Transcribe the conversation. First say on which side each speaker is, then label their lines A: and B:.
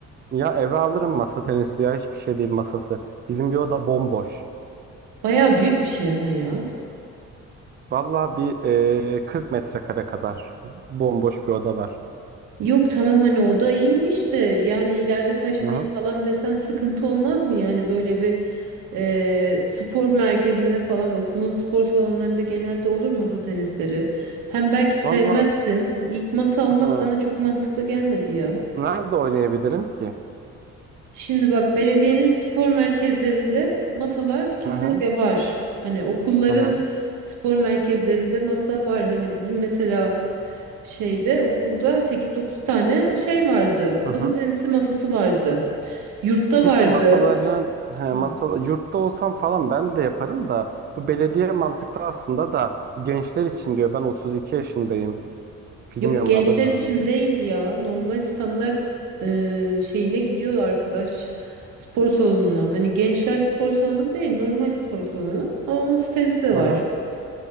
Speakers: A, on the right; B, on the right.
A: Ya eve alırım masa tenisi ya hiçbir şey değil masası. Bizim bir oda bomboş.
B: Baya büyük bir şey ama ya.
A: Valla bir e, 40 metrekare kadar bomboş bir oda var.
B: Yok tamam hani o da iyiymiş de yani ileride taşınayım
A: Hı hı.
B: falan desen sıkıntı olmaz mı? Yani böyle bir eee, spor merkezinde falan okulun spor salonlarında genelde olur masa tenisleri. Hem belki sevmezsin.
A: Valla
B: İlk masa almak
A: hı.
B: bana çok mantıklı gelmedi ya.
A: nerede oynayabilirim ki?
B: Şimdi bak belediyenin spor merkezlerinde masalar kesinlikle
A: Hı hı.
B: var. Hani okulların
A: Hı hı.
B: spor merkezlerinde masa var. Hani bizim mesela şeyde okulda sekiz dokuz tane şey vardı.
A: Hı
B: Masa
A: hı.
B: tenisi masası vardı. Yurtta
A: Peki
B: vardı.
A: masaların he,
B: Hı.
A: masa, yurtta olsam falan ben de yaparım da bu belediye mantıklı aslında da gençler için diyor ben 32 yaşındayım bilmiyorum
B: Yok gençler
A: alırlar
B: için
A: mı beni.
B: değil ya. Normal standart e, şeyine gidiyor arkadaş. Spor salonuna. Hani gençler spor salonu değil, normal spor salonu. Ama masa tenisi de var.
A: Hı hı.